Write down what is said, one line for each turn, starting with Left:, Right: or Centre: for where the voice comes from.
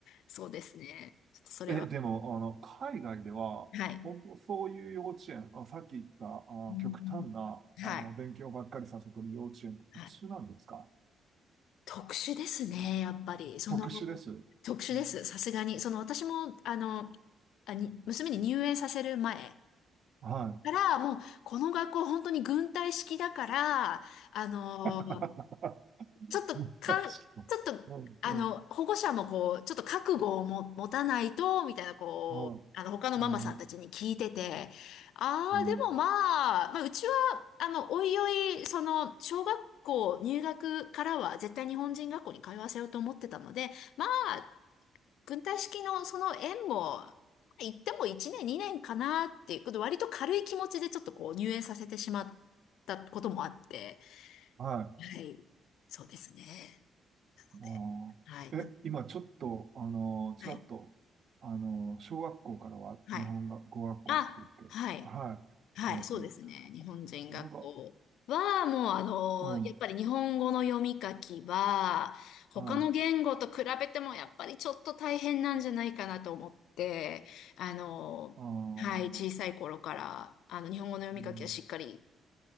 Left: そうですね。ちょっとそれは。
Right: え、でも、あの、海外では、
Left: はい。
Right: 本当そういう幼稚園、あ、さっき言った、あ、
Left: うん。
Right: 極端な、あの、
Left: はい。
Right: 勉強ばっかりさせてる幼稚園って普通なんですか
Left: はい。特殊ですね、やっぱり。その、
Right: 特殊です。う
Left: 特殊です、
Right: ん、
Left: さすがに。その、私も、あの、あに、娘に入園させる前
Right: はい。
Left: から、もう、この学校、本当に軍隊式だから、あの、
Right: <laughs>
Left: ちょっと、かん、
Right: 確かに。
Left: ちょっと、
Right: うん、
Left: あの、
Right: うん、
Left: 保護者もこう、ちょっと覚悟をも持たないと、みたいな、こう、
Right: はい。
Left: あの、他のママさんたちに聞いてて、
Right: うん、
Left: ああ、
Right: うん、
Left: でもまあ、まあ、うちは、あの、おいおい、その、小学校入学からは絶対日本人学校に通わせようと思ってたので、まあ、軍隊式のその縁も、行っても1年、2年かなっていうこと、割と軽い気持ちでちょっとこう、入園させてしまったこともあって、
Right: はい。
Left: はい。そうですね。なので、
Right: あーえ、
Left: はい。な、
Right: 今ちょっと、あのー、
Left: はい。
Right: ちらっと、あのー、小学校からは日本が語学校って言って、
Left: はい。あ、はい。
Right: はい、言ってましたね。
Left: はい。そうですね。日本人学校は、
Right: なんか、
Left: もう、あの、
Right: うん、
Left: やっぱり日本語の読み書きは、他の言語と比べても、
Right: はい。
Left: やっぱりちょっと大変なんじゃないかなと思って、あの、
Right: あー、
Left: はい。小さい頃から、あの、日本語の読み書きはしっかり
Right: うん、